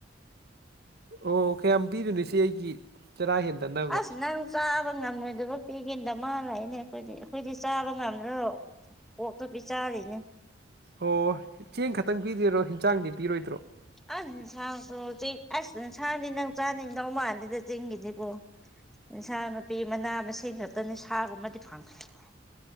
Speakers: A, on the right; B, in the centre.
A: ꯑꯣ ꯀꯌꯥꯝ ꯄꯤꯗꯨꯏꯅꯣ ꯏꯆꯦ ꯑꯩꯒꯤ ꯆꯔꯥ ꯍꯦꯟꯗꯅꯕ
B: ꯑꯁ ꯅꯪ ꯆꯥꯕ ꯉꯝꯃꯣꯏꯗꯕ ꯄꯤꯒꯦ ꯗꯃꯥ ꯂꯥꯛꯏꯅꯦ ꯑꯩꯈꯣꯏꯗꯤ ꯑꯩꯈꯣꯏꯗꯤ ꯆꯥꯕ ꯉꯝꯗ꯭ꯔꯔꯣ ꯀꯣꯛꯇꯨ ꯄꯤ ꯆꯥꯔꯤꯅꯦ
A: ꯑꯣ ꯆꯦꯡ ꯈꯛꯇꯪ ꯄꯤꯗꯣꯏꯔꯣ ꯍꯤꯡꯖꯥꯡꯗꯤ ꯄꯤꯔꯣꯏꯗ꯭ꯔꯣ
B: ꯑꯁ ꯍꯤꯡꯁꯥꯡꯁꯨ ꯆꯤꯛ ꯑꯁ ꯏꯟꯁꯥꯟꯗꯤ ꯅꯪ ꯆꯥꯅꯤꯡꯗꯧ ꯃꯥꯟꯗꯦꯗ ꯆꯤꯡꯒꯤꯗꯤꯀꯣ ꯏꯟꯁꯥꯡ ꯅꯨꯄꯤ ꯃꯅꯥ ꯃꯁꯤꯡ ꯈꯛꯇꯅꯤ ꯁꯥꯒꯨꯝꯕꯗꯤ ꯐꯪꯗꯔꯦ